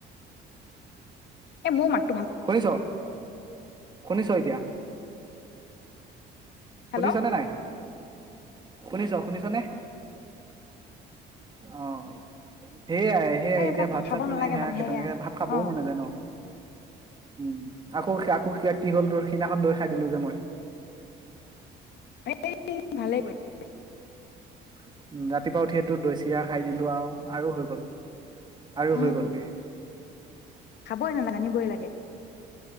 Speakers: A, on the left; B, on the right.
A: এ মোৰ মাত
B: শুনিছ শুনিছ এতিয়া
A: হেল্ল'
B: শুনিছানে নাই <inaudible> শুনিছ শুনিছ নে অ উম সেয়াই সেয়াই
A: এই সেইবিলাক
B: এতিয়া ভাত
A: খাব
B: চাত মানে
A: নালাগে
B: সেয়াকে
A: সেয়া
B: তেনেকে ভাত খাবও
A: অ
B: মন নাযায় ন উ আকৌ আকৌ ক কি হ'ল তোৰ সেইদিনাখন দৈ খাই দিলো যে মই।
A: এই ভালে কৰিলা
B: হয় উ ৰাতিপুৱা উঠিয়ে টো দৈ চিৰা খাই দিলো আৰু আৰু হৈ গল আৰু
A: উম
B: হৈ গলগে
A: খাবই নালাগে আনিবই লাগে